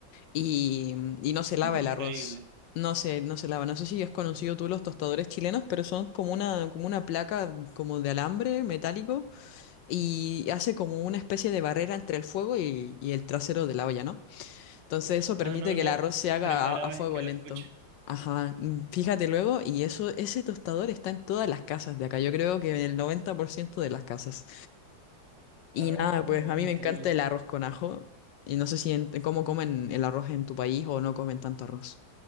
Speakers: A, on the left; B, on the right.
A: y, y no se lava el
B: Increíble.
A: arroz. No se, no se lava. No sé si has conocido tú los tostadores chilenos, pero son como una, como una placa como de alambre metálico y hace como una especie de barrera entre el fuego y, y el trasero de la olla, ¿no? Entonces eso permite
B: Ah, no,
A: que
B: no.
A: el arroz se haga
B: Primera
A: a, a
B: vez
A: fuego
B: que lo
A: lento.
B: escucho.
A: Ajá, mm, fíjate luego, y eso, ese tostador está en todas las casas de acá. Yo creo que en el 90% de las casas. Y
B: Ah,
A: nada, pues
B: no,
A: a mí
B: increíble.
A: me encanta el arroz con ajo. Y no sé si en- cómo comen el arroz en tu país o no comen tanto arroz.